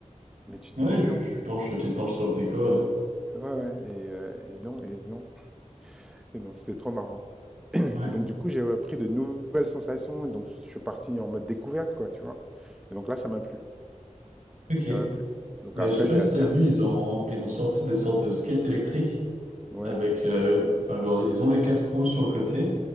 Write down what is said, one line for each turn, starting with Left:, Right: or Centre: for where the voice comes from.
Centre: mais tu dis,
Right: Ouais,
Centre: mais
Right: je,
Centre: non,
Right: je penche, tu te penches sur le déco. euh.
Centre: ouais, ouais, et, euh, et non, et non, et non, c'était trop marrant. <clears throat>
Right: Ouais,
Centre: Et donc, du coup, j'ai repris de nouvelles sensations, et donc je je suis parti en mode découverte, quoi, tu vois. Et donc là, ça m'a plu,
Right: ok. Ouais,
Centre: ça m'a plu. Donc après,
Right: je sais pas
Centre: j'ai
Right: si
Centre: alterné.
Right: t'as vu, ils ont, ils ont sorti des sortes de skates électriques
Centre: Ouais.
Right: avec, euh, enfin, genre, ils ont les quatre roues sur le côté